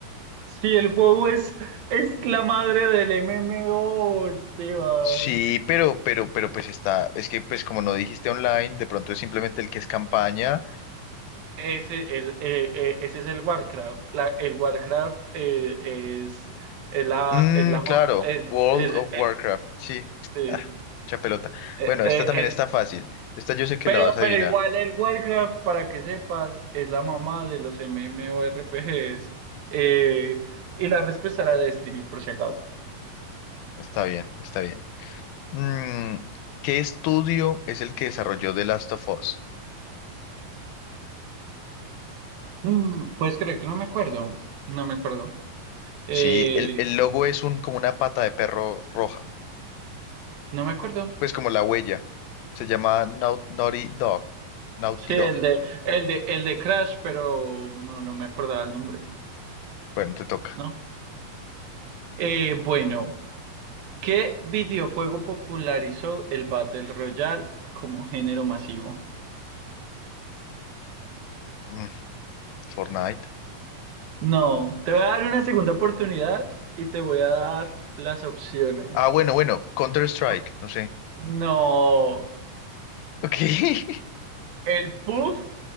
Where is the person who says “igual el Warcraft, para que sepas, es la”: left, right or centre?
Right